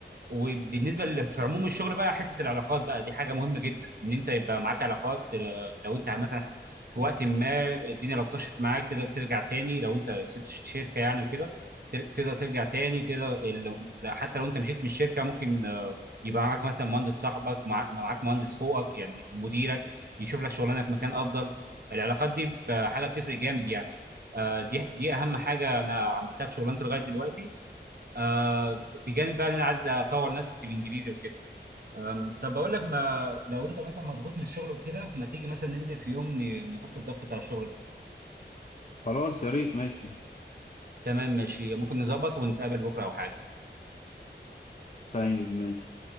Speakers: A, on the right; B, on the left.
A: وبالنسبه ل- في عموم الشغل بقى حته العلاقات بقى دي حاجه مهمه جدا ان انت يبقى معاك علاقات آه، لو انت مثلا في وقت ما الدنيا لطشت معاك تقدر ترجع تاني لو انت سبت ش- شركه يعني وكده تر- تقدر ترجع تاني تقدر ال- لا، حتى لو انت مشيت من الشركه ممكن آه، يبقى معاك مثلا مهندس صاحبك مع- معاك مهندس فوقك يعني مديرك يشوف لك شغلانه في مكان افضل العلاقات دي ب- حاجه بتفرق جامد يعني آه، دي دي اهم حاجه انا عملتها في شغلانتي لغايه دلوقتي آه بجانب بقى ان انا عايز اطور نفسي في الانجليزي وكده آم، طب بقول لك ما لو انت مثلا مضغوط من الشغل وكده ما تيجي مثلا ننزل في يوم ن- نفك الضغط بتاع الشغل ده
B: خلاص يا ريت ماشي
A: تمام ماشي ممكن نظبط ونتقابل بكره او حاجه
B: طيب ماشي